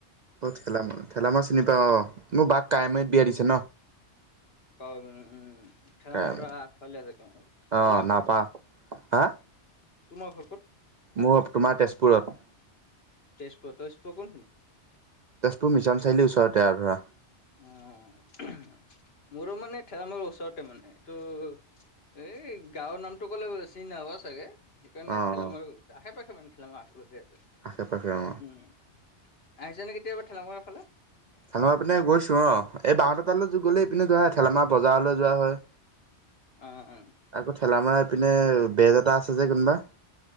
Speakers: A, on the right; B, on the left.
A: অ ঠেলামা। ঠেলামা চিনি পাৱ? অ মোৰ বাক কাৱৈমাৰীত বিয়া দিছে ন।
B: কাৱৈম <unintelligible> উম। ঠেলামৰা
A: কাৱৈমাৰী
B: আগফালে আছে কাৱৈমাৰিত।
A: অ
B: তোমাৰ ভাগৰ
A: নাপা হা।
B: তোমাৰ ঘৰ ক'ত?
A: মোৰ তোমাৰ তেজপুৰত।
B: তেজপুৰত। তেজপুৰ কোনখিনিত?
A: তেজপুৰ মিছন চাৰিআলিৰ ওচৰতে, আৰু ধৰা।
B: অ'হ। মোৰো মানে ঠেলামাৰা ওচৰতে মানে। এইটো এই গাঁৱৰ নামটো ক'লে চিনি নাপাবা চাগেৱ সেইকাৰণে
A: অ
B: ঠেলামাৰা
A: অ
B: ক। আশে-পাশে মানে ঠেলামাৰা আশে-পাশে আছে।
A: আশে পাশে অ
B: উম। আহিছা নে কেতিয়াবা ঠেলামৰাৰ ফালে?
A: ঠেলেমাৰা পিনে গৈছো। অহ। এই বা হতৰ তালৈ গ'লে এইপিনে যোৱা হয়। ঠেলেমাৰা বজাৰলৈ যোৱা হয়।
B: অহ। অ।
A: আকৌ ঠেলামৰা পিনে বেজ এটা আছে যে কোনোবা